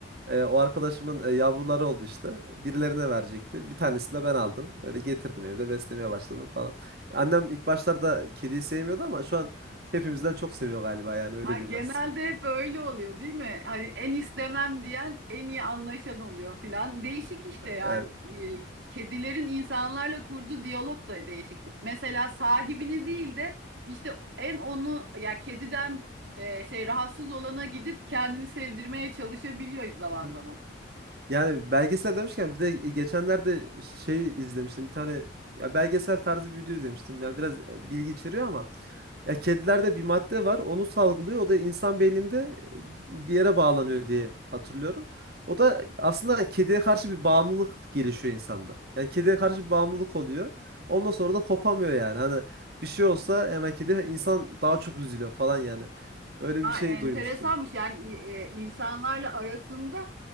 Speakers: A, on the right; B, on the right.
A: Ee, o arkadaşımın e, yavruları oldu işte. Birilerine verecekti. Bir tanesini de ben aldım. Öyle getirdim evde beslemeye başladım falan. Annem ilk başlarda kediyi sevmiyordu ama şu an hepimizden çok seviyor galiba yani öyle
B: Ha,
A: diyeyim
B: genelde
A: ben size.
B: hep öyle oluyor, değil mi? Hani en istemem diyen en iyi anlaşan oluyor filan. Değişik işte yani.
A: Evet.
B: Ee, Kedilerin insanlarla kurduğu diyalog da değişik. Mesela sahibini değil de işte en onu ya kediden e, şey rahatsız olana gidip kendini sevdirmeye çalışabiliyor zaman
A: <laughs>
B: zaman.
A: Yani belgesel demişken bir de geçenlerde şey izlemiştim. Bir tane ya belgesel tarzı bir video izlemiştim. Yani biraz e, bilgi içeriyor ama Ya kedilerde bir madde var, onu salgılıyor. O da insan beyninde bir yere bağlanıyor diye hatırlıyorum. O da aslında kediye karşı bir bağımlılık gelişiyor insanda. Yani kediye karşı bir bağımlılık oluyor. Ondan sonra da kopamıyor yani. Hani bir şey olsa hemen kedi insan daha çok üzülüyor falan yani. Öyle
B: Ha,
A: bir şey
B: enteresanmış
A: duymuştum.
B: yani e, insanlarla arasında